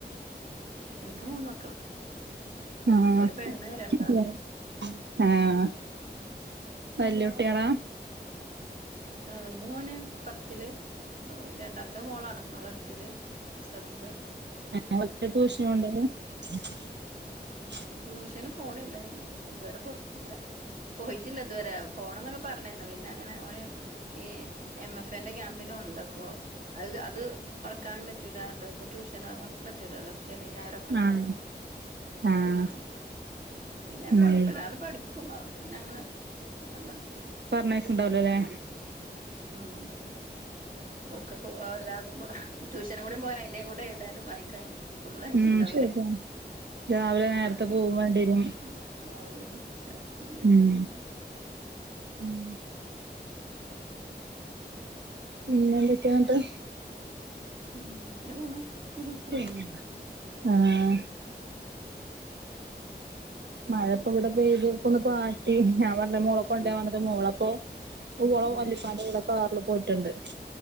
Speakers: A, on the right; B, on the right.
A: എനിക്ക് മൂന്ന് മക്കള്
B: ആഹ്.
A: ഒരു പെണ്ണ് രണ്ടാണ്
B: വെ ആഹ് വല്ല്യുട്ടാളാ?
A: ആഹ്. വല്ല്യ മോന് പത്ത്ല്. രണ്ടാമത്തഹ് മോളാണ് അവളെട്ട്ല്. ചെറ്ത്‌
B: രണ്ടാമത്തെ ടൂഷന് <unintelligible>
A: ടൂഷന് പോണില്ല. ഇത് വരെ പോയ്‌ട്ട്ല്ല. പോയിട്ട്ല്ല ഇത്‌വരെ പോണംന്നൊക്കെ പറഞ്ഞാര്ന്നു പിന്നെ അങ്ങനെ ഓന് ഈ എം എഫെന്റെ ക്യാമ്പ്നോണ്‌ണ്ട് അപ്പോ അത് അത് മൊടക്കാനും പറ്റൂല. ട്ട്പ്പൊ ടൂഷ നോവാനും പറ്റൂലല്ലോ ശനീം ഞായറൊക്കെണ്ടാവോലൊ.
B: ആഹ് ആഹ്
A: ടൂഷനോണ്ട. പിന്നെ
B: ഉം
A: കൊഴപ്പല്ലാതെ പഠിക്കും. അവോണ്ട് പിന്നെ അങ്ങനെ മതിയാര്ന്നു.
B: പറഞ്ഞയക്ക്ണ്ടാവൂലലെ?
A: ആഹ് ഓഹ് ക്കക്കും ഓരതാകുമ്പോ ട്യൂഷനും കൂടി പോയ അയിന്റേം കൂടെ എഴ്താനും വായിക്കാനും- ഫുള്ളായിട്ട്ണ്ടാവൂലെ?
B: ഉം ശരിയാണ് രാവിലെ നേരത്തെ
A: <unintelligible>
B: പോവും വേണ്ടിരും ഉം ഉം പിന്നെന്തൊക്കാന്ന്ട്ട്?
A: ഉം അങ്ങനെ പോണു. ഉം. സുഖായിട്ട്.
B: <unintelligible> ആഹ് മഴപ്പൊ ഇവടെ പെയ്തു. ഇപ്പൊന്ന് പാറ്റി ഞാൻ പറഞ്ഞെ മൊള കൊണ്ടരാം
A: ഉം
B: വന്ന്ട്ട് മോളപ്പോ ഓളെ
A: ഉം.
B: വല്ലിപ്പാന്റെ കൂടെ കാർല് പൊയ്ട്ട്ണ്ട്.